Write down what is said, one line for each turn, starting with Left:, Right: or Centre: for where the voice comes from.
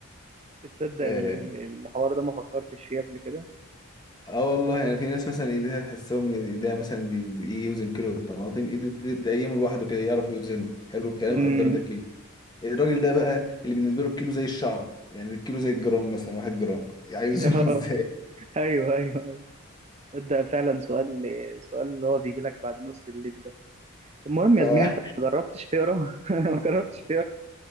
Right: تصدق
Left: آه،
Right: ال- ال- الحوار ده ما فكرتش فيه قبل كده
Left: اه والله يعني في ناس مثلا ايديها تحسهم ايديها مثلا بي- بي- يوزن كيلو الطماطم ايده تلات ايام لوحده كده يعرف يوزنه حلو الكلام
Right: امم
Left: قدر ده كيلو الراجل ده بقى اللي بالنسبه له الكيلو زي الشعره يعني الكيلو زي الجرام مثلا واحد جرام عايز
Right: <laughs> اه
Left: يوزنه <laughs> ازاي
Right: ايوه ايوه أيوة. ده فعلا سؤال سؤال اللي هو بيجي لك بعد نص الليل ده المهم يا
Left: آه.
Right: زميلي انت ما جربتش تقرا <laughs> ما جربتش